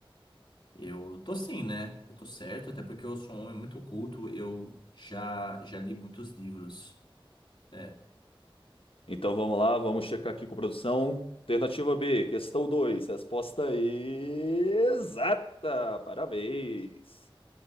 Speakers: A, on the left; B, on the left.
A: Eu tô sim, né? Eu tô certo, até porque eu sou um homem muito culto. Eu já, já li muitos livros. É,
B: Então vamos lá, vamos checar aqui com produção. Alternativa B, questão 2, resposta exata. Parabéns.